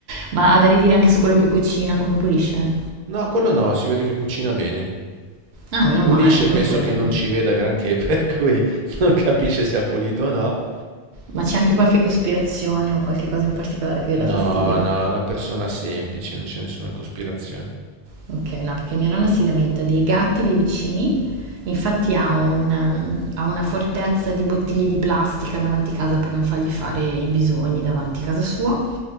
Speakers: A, on the right; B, on the right.
A: Ma ha da ridire anche su quello che cucina, come pulisce?
B: No, quello no, si vede che cucina bene.
A: Ah, meno
B: pulisce,
A: male, almeno
B: penso
A: quello.
B: che non ci veda granché, <laughs> per cui non capisce se ha pulito o no.
A: Ma c'è anche qualche cospirazione o qualche cosa in particolare che le
B: No,
A: dà fastidio?
B: no, è una persona semplice, non c'è nessuna cospirazione.
A: Okay, no, perché mia nonna si lamenta dei gatti dei vicini, infatti ha un mhmm, ha una fortezza di bottiglie di plastica davanti casa per non fargli fare i bisogni davanti casa sua